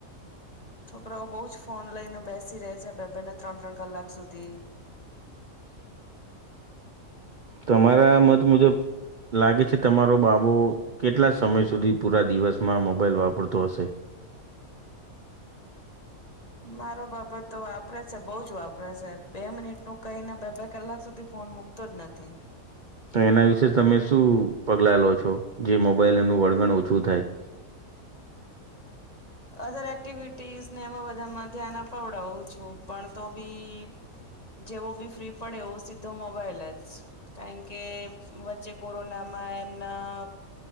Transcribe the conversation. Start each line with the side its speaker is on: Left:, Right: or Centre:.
Left: છોકરાઓ બહ જ ફોન લઈને બેસી રહે છે બે બેને ત્રણ ત્રણ કલાક સુધી.
Right: તમારા મત મુજબ લાગે છે તમારો બાબો કેટલા સમય સુધી પૂરા દિવસમાં મોબાઈલ વાપરતો હશે.
Left: મારો બાબત તો વાપરે છે બહ જ વાપરે છે બે મિનિટ નું કઈને બે બે કલાક સુધી ફોન મુકતો જ નથી.
Right: એના વિશે તમે શું પગલા લો છો? જે મોબાઈલનું વળગણ ઓછું થાય.
Left: અધર એક્ટિવિટીસ ને એમાં બધામાં ધ્યાન અપાવડાવું છું પણ તો બી જેવો બી ફ્રી પડે એવું સીધો મોબાઈલ જ. કારણ કે વચ્ચે કોરોના માં એમના